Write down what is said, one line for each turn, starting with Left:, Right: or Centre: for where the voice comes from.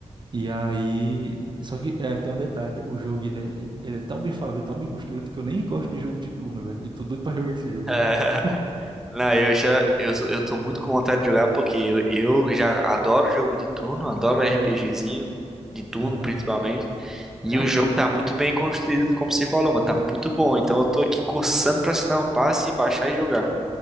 Right: E aí, só que é, tem um detalhe, o jogo ele é, ele é tão bem falado e tão bem construído que eu nem gosto de jogo de turno, velho. E tô doido pra jogar esse jogo,
Centre: <laughs>
Right: tá ligado?
Centre: Não, eu já, eu, sou- eu tô
Right: <laughs>
Centre: muito com vontade de jogar porque eu, eu já adoro jogo de turno, adoro RPGzinho, de turno
Right: Aham.
Centre: principalmente. E
Right: Cara,
Centre: o jogo tá muito bem construído, como você falou, mano, tá muito bom. Então eu tô aqui coçando pra assinar o passe e baixar e jogar.